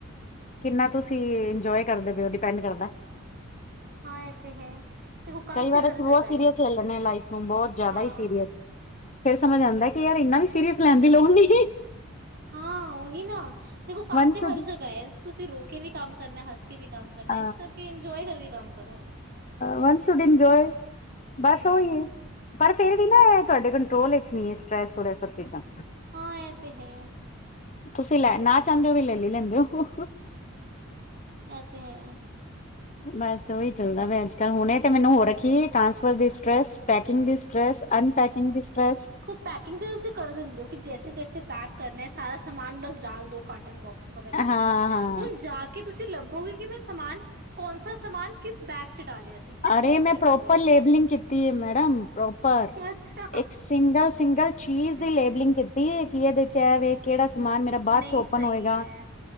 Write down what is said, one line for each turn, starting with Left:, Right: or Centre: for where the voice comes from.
Left: ਕਿੰਨਾ ਤੁਸੀਂ ਇੰਜੋਏ ਕਰਦੇ ਪਏ ਓ, ਡਿਪੈਂਡ ਕਰਦਾ।
Right: ਹਾਂ, ਏ ਤੇ ਹੈ। ਦੇਖੋ ਕੰਮ
Left: ਕਈ ਵਾਰ
Right: ਤੇ
Left: ਅਸੀਂ
Right: ਹਰ
Left: ਬੌਤ
Right: ਜਗ੍ਹਾ
Left: ਸੀਰੀਅਸ
Right: ਹੈ
Left: ਲੈ ਲੈਨੇ ਆ, ਲਾਈਫ ਨੂੰ ਬੌਤ ਜਯਾਦਾ
Right: ਹਾਂ
Left: ਹੀ ਸੀਰੀਅਸ। ਫੇਰ ਸਮਝ ਆਂਦਾ ਕਿ, ਯਾਰ ਇੰਨਾ ਵੀ ਸੀਰੀਅਸ ਲੈਣ ਦੀ ਲੋੜ ਨੀਂ।
Right: ਹਾਂ, ਓਹੀ ਨਾ, ਦੇਖੋ ਕੰਮ ਤੇ
Left: ਸ਼ੁਡ
Right: ਹਰ ਜਗ੍ਹਾ ਐ, ਤੁਸੀਂ ਰੋ ਕੇ ਵੀ ਕੰਮ ਕਰਨਾ, ਹੱਸ ਕੇ ਵੀ
Left: <unintelligible>
Right: ਕੰਮ ਕਰਨਾ ਇਸ ਕਰਕੇ ਇੰਜੋਏ ਕਰਕੇ ਕੰਮ ਕਰੋ
Left: ਵਨ ਸ਼ੁਡ ਇੰਜੋਏ।
Right: ਹੂੰ
Left: ਬਸ ਓਈ ਏ, ਪਰ ਫੇਰ ਵੀ ਨਾ, ਏ ਤੁਆਡੇ ਕੰਟਰੋਲ ਵਿੱਚ ਨਈਂ ਐ, ਸਟ੍ਰੈੱਸ ਔਰ ਏ ਸਬ ਚੀਜ਼ਾਂ।
Right: ਹਾਂ, ਏ ਤੇ ਹੈ।
Left: ਤੁਸੀਂ ਲੈ, ਨਾ ਚਾਂਦੇ ਵੀ ਲੈ ਲ ਲੈਂਦੇ ਓ।
Right: ਐ ਤੇ ਹੈ।
Left: ਬਸ, ਓਹੀ ਚੱਲਦਾ ਪਿਆ ਅੱਜ -ਕੱਲ ਹੁਣੇ ਤੇ ਮੈਨੂੰ ਹੋ ਰੱਖੀ, ਟਰਾਂਸਫਰ ਦੀ ਸਟ੍ਰੈੱਸ ਪੈਕਿੰਗ ਦੀ ਸਟ ਟ੍ਰੈੱਸ ਅੰਨਪੈਕਿੰਗ ਦੀ ਸਟ੍ਰੈੱਸ
Right: ਪੈਕਿੰਗ ਤਾਂ ਤੁਸੀਂ ਕਰ ਦਿੰਦੇ, ਹੋ ਕਿ ਜੈਸੇ ਤੇਸੇ ਪੈਕ ਕਰਨਾ ਸਾਰਾ ਸਮਾਨ ਬਸ ਡਾਲ ਦਿਉ ਕਾਟਨ ਬੋਕਸ ਵਗੈਰਾ
Left: ਹਾਂ
Right: ਦੇ ਅੰਦਰ
Left: ਹਾਂ
Right: ਹੁਣ ਜਾ ਕੇ ਕਿ ਤੁਸੀਂ ਲੱਭੋਗੇ ਕਿ, ਮੈਂ ਸਮਾਨ ਕੌਣਸਾ ਸਮਾਨ ਕਿਸ ਬੈਗ ਚ ਡਾਲਿਆ ਸੀ ਕਿਸ
Left: ਅਰੇ
Right: ਬੋਕਸ
Left: ਮੈਂ ਪ੍ਰੋਪਰ
Right: ਚ ਡਾਲਿਆ
Left: ਲੇਬਲਿੰਗ ਕੀਤੀ ਹੈ ਮੈਡਮ ਪ੍ਰੋਪਰ
Right: ਹੈ ਅੱਛਾ
Left: ਇੱਕ ਸਿੰਗਲ-ਸਿੰਗਲ ਚੀਜ਼
Right: ਹਮ
Left: ਦੀ ਲੇਬਲਿੰਗ ਕੀਤੀ, ਕਿ ਇਹਦੇ ਚ ਕੇੜਾ, ਸਮਾਨ ਮੇਰਾ ਬਾਦ
Right: ਨਹੀਂ
Left: 'ਚ ਓਪਨ
Right: ਸਹੀ
Left: ਹੋਏਗਾ?
Right: ਹੈ